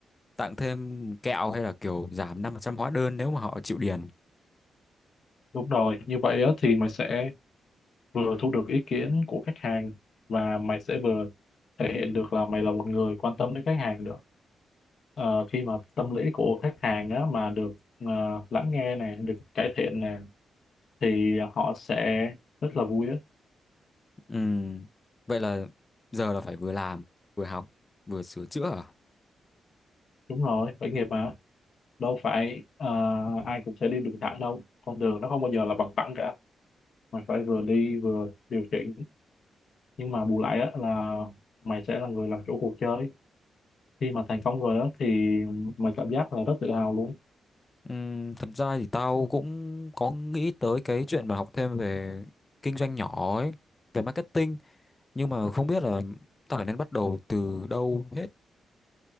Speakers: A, on the left; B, on the left.
A: tặng thêm kẹo hay là kiểu giảm 5% hóa đơn nếu mà họ chịu điền.
B: đúng rồi như vậy á thì mày sẽ vừa thu được ý kiến của khách hàng và mày sẽ vừa thể hiện được là mày là một người quan tâm đến khách hàng nữa Ờ, khi mà tâm lý của khách hàng á, mà được ờ, lắng nghe này được cải thiện này thì họ sẽ rất là vui á
A: Ừm, Vậy là giờ là phải vừa làm, vừa học, vừa sửa chữa à?
B: đúng rồi khởi nghiệp mà đâu phải ờ, ai cũng sẽ đi đường thẳng đâu con đường nó không bao giờ là bằng phẳng cả mày phải vừa đi vừa điều chỉnh nhưng mà bù lại á, là mày sẽ là người làm chủ cuộc chơi khi mà thành công rồi á thì mày cảm giác là rất tự hào luôn
A: Ừm, thật ra thì tao cũng có nghĩ tới cái chuyện mà học thêm về kinh doanh nhỏ ấy, về marketing, nhưng mà không biết là tao phải nên bắt đầu từ đâu hết.